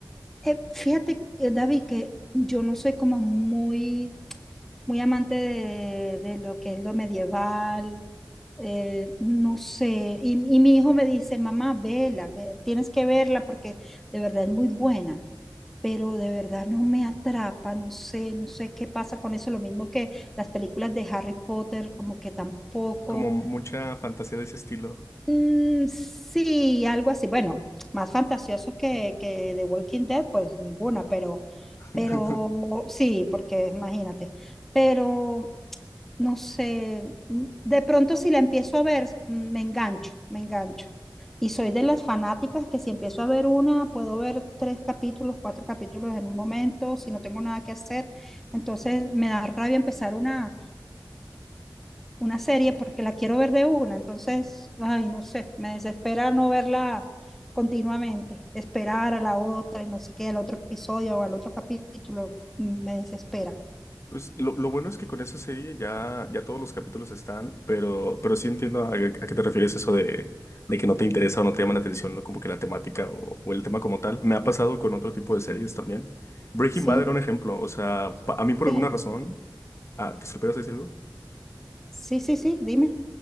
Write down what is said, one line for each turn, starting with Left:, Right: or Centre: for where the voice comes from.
Centre: Eh, fíjate, eh, David, que yo no soy como muy, muy amante de, de lo que es lo medieval, eh, no sé, y, y mi hijo me dice, mamá, vela, ve- tienes que verla porque de verdad es muy buena, pero de verdad no me atrapa, no sé, no sé qué pasa con eso, lo mismo que las películas de Harry Potter, como que tampoco.
Left: Como mucha fantasía de ese estilo.
Centre: Mm, sí, algo así. Bueno, más fantasiosos que, que The Walking Dead, pues ninguna, pero,
Left: <laughs>
Centre: pero sí, porque imagínate. Pero no sé, mm, de pronto si la empiezo a ver, mm, me engancho, me engancho. Y soy de las fanáticas que si empiezo a ver una, puedo ver tres capítulos, cuatro capítulos en un momento, si no tengo nada que hacer. Entonces me da rabia empezar una, una serie porque la quiero ver de una, entonces, ay, no sé, me desespera no verla continuamente, esperar a la otra y no sé qué, al otro episodio o al otro capítulo, mm, me desespera.
Left: Pues lo, lo bueno es que con esa serie ya, ya todos los capítulos están, pero, pero sí entiendo a, a qué te refieres eso de, de que no te interesa o no te llama la atención, ¿no? Como que la temática o, o el tema como tal. Me ha pasado con otro tipo de series también. Breaking
Centre: Sí,
Left: Bad era un ejemplo. O sea, pa- a mí por
Centre: sí,
Left: alguna razón. Ah, ¿te esperas decir algo?
Centre: sí, sí, sí, dime.